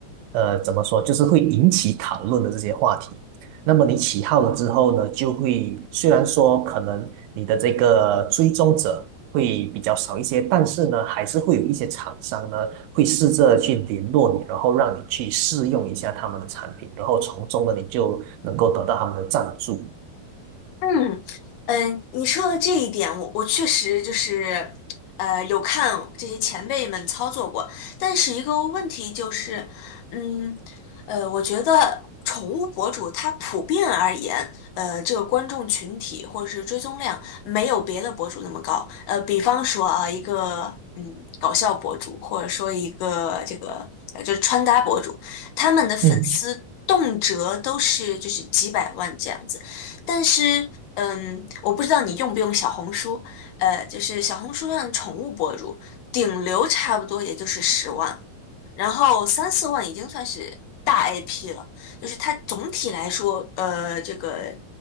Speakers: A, on the right; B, on the left.
A: 呃，怎么说，就是会引起讨论的这些话题，那么你起号了之后呢，就会虽然说可能你的这个追踪者会比较少一些，但是呢，还是会有一些厂商呢会试着去联络你，然后让你去试用一下他们的产品，然后从中呢你就能够得到他们的赞助。
B: 嗯嗯，你说的这一点，我我确实就是，呃，有看这些前辈们操作过，但是一个问题就是，嗯，呃，我觉得宠物博主他普遍而言，呃，这个观众群体或者是追踪量没有别的博主那么高，呃，比方说啊，一个嗯搞笑博主，或者说一个这个呃就是穿搭博主，他们的粉丝动辄都是就是几百万这样子。
A: 嗯。
B: 但是，嗯，我不知道你用不用小红书，呃，就是小红书上的宠物博主，顶流差不多也就是十万，然后三四万已经算是大 IP 了，就是它总体来说，呃，这个